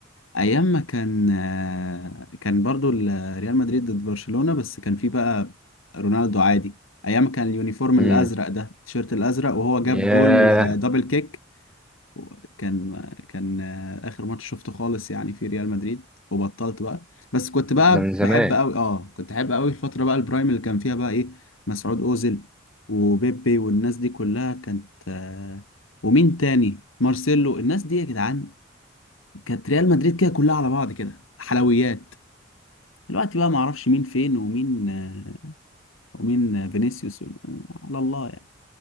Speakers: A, on the left; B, in the centre.
A: ايام ما كان آه، كان برضو ال- ريال مدريد ضد برشلونة بس كان في بقى رونالدو عادي ايام ما كان اليونيفورم
B: امم
A: الازرق ده التيشيرت الازرق وهو جاب
B: ياه
A: جول آه، دبل كيك و- كان آه، كان آه، اخر ماتش شفته خالص يعني في ريال مدريد وبطلت بقى بس كنت بقى
B: ده من زمان
A: بحب قوي اه كنت احب قوي الفترة بقى البرايم اللي كان فيها بقى ايه مسعود اوزيل وبيبي والناس دي كلها كانت آه، ومين تاني مارسيلو الناس دي يا جدعان كانت ريال مدريد كده كلها على بعض كده حلويات دلوقتي بقى ما اعرفش مين فين ومين آه، ومين آه، فينيسيوس و- آه، على الله يعني